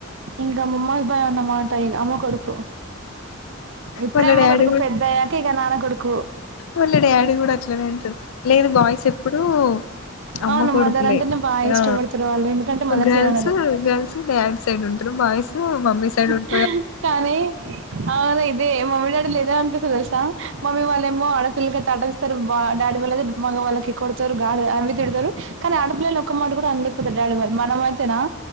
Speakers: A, on the right; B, on the left.
A: ఇంక మమ్మస్ బాయ్ అన్నమాట అమ్మ కొడుకు ఇప్పుడే
B: వాళ్ళ
A: అమ్మ
B: డాడీ
A: కొడుకు
B: కూడా
A: పెద్ద అయ్యాక ఇగ నాన్న కొడుకు
B: వాళ్ళ డాడీ కూడా అట్లనే అంటడు లేదు బాయ్స్ ఎప్పుడు అమ్మ
A: అవును
B: కొడుకులే
A: మదర్ అంటే నే బాగా ఇష్టపడతారు
B: ఆ
A: వాళ్ళు ఎందుకంటే మదర్స్
B: గర్ల్స్
A: ఏమనరు
B: గర్ల్స్ డాడ్ సైడ్ ఉంటారు బాయ్స్ మమ్మీ సైడ్ ఉంట
A: హి కానీ అవున ఇదే మమ్మీ డాడీ లు ఇదే అనిపిస్తది మమ్మీ వాళ్ళేమో ఆడపిల్లకి అడ్డగిస్తారు బ డాడీ వాళ్ళు అయితే మగ వాళ్ళకి కొడతారు గా అవి తిడతారు కానీ ఆడపిల్లని ఒక్క మాట కూడా అలేకపోతారు డాడీ వాళ్ళు మనమ అయితేనా